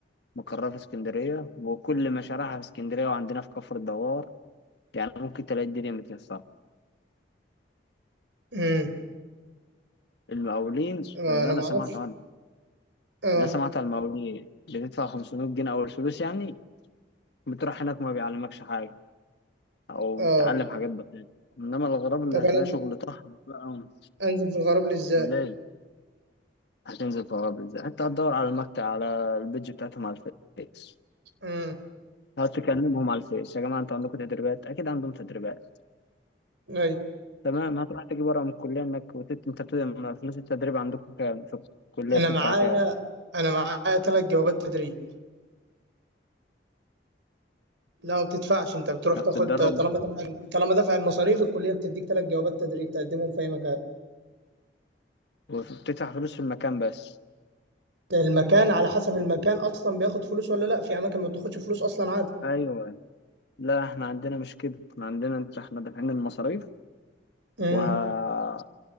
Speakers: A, on the left; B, on the right.
A: مقرها في اسكندريه وكل مشاريعها في اسكندريه وعندنا في كفر الدوار يعني ممكن تلاقي الدنيا متيسره
B: امم
A: المقاولين
B: انا
A: اللي انا
B: ما
A: سمعت
B: اعرفش
A: عنه
B: اه
A: اللي سمعت عن المقاولين بتدفع 500 جنيه اول فلوس يعني بتروح هناك ما بيعلمكش حاجه او
B: اه
A: بتتعلم حاجات بسيطه انما الغرب اللي
B: طب
A: هتلاقي
B: انا
A: شغل طحن بقى
B: انزل في الغراب لي ازاي
A: قليل هتنزل في الغرب ازاي انت هتدور على المكتب على البيج بتاعتهم على الفيس
B: امم
A: هتقعد تكلمهم على الفيس يا جماعه انتوا عندكم تدريبات اكيد عندهم تدريبات
B: ايوه
A: تمام هتروح تجيب ورقه من الكليه انك وتت... انت بت... ما فلوس التدريب عندكم كام في الكليه
B: انا
A: بتدفع
B: معايا
A: كام
B: انا معايا ثلاث جوابات تدريب لا ما بتدفعش انت بتروح
A: انك
B: تاخد
A: تتدرب
B: طالما دفع طالما دفع المصاريف الكليه بتديك ثلاث جوابات تدريب تقدمهم في اي مكان
A: وبتدفع فلوس في المكان بس
B: المكان على حسب المكان اصلا بياخد فلوس ولا لا في اماكن ما بتاخدش فلوس اصلا عادي
A: ايوه لا احنا عندنا مش كده احنا عندنا انت احنا دافعين المصاريف
B: امم
A: وهروح